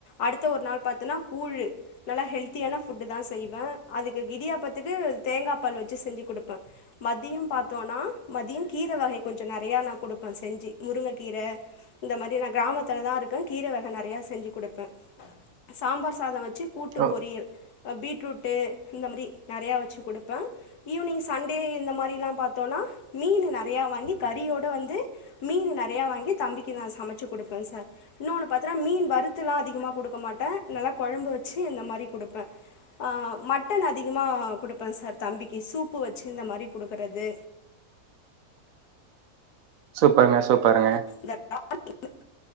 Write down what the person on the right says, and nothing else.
ஓ
சூப்பருங்க சூப்பருங்க